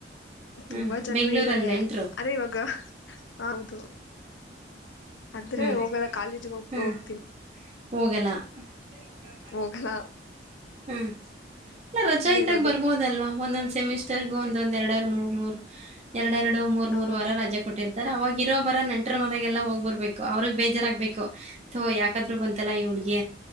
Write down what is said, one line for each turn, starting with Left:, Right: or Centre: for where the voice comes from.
Left: ತುಂಬಾ
Right: ಹ್ಮ್
Left: ಜನ
Right: ಬೆಂಗ್ಳೂರಲ್ಲಿ
Left: ಇದ್ದಾರೆ
Right: ನೆಂಟ್ರು
Left: ಅದೇ ಇವಾಗ ಹೌದು ಆದ್ರೆ
Right: ಹ್ಮ
Left: ಹೋಗಲ್ಲ ಕಾಲೇಜಿಗೆ ಹೋಗ
Right: ಹ್ಮ್
Left: ಹೋಗ್ತೀನಿ
Right: ಹೋಗಲ್ಲ ಅಂದ್ರೆ ಹೋಗಲ್ಲ
Left: ಹೋಗಲಾ
Right: ಹ್ಮ್ ಇಲ್ಲ ರಜಾ ಇದ್ದಾಗ
Left: ಇರೋದು
Right: ಬರ್ಬೋದಲ್ವಾ ಒಂದೊಂದ್ ಸೆಮಿಸ್ಟರ್ಗ ಒಂದೊಂದ್ ಎರಡರ್ ಮೂರು ಮೂರು ಎರಡು ಎರಡು ಮೂರ್ ಮೂರ್
Left: ಆ
Right: ವಾರ ರಜಾ ಕೊಟ್ಟಿರ್ತಿ ಅವಗಿ ಇರೋ ಬರ ನಂಟ್ರ ಮನೆಗೆಲ್ಲ ಹೋಗ್ ಬರ್ಬೇಕು ಅವ್ರಗ್ ಬೇಜಾರಾಗ್ಬೇಕು ಅಯ್ಯೋ ಯಾಕಾದ್ರೂ ಬಂತಲ್ಲ ಈ ಹುಡ್ಗಿ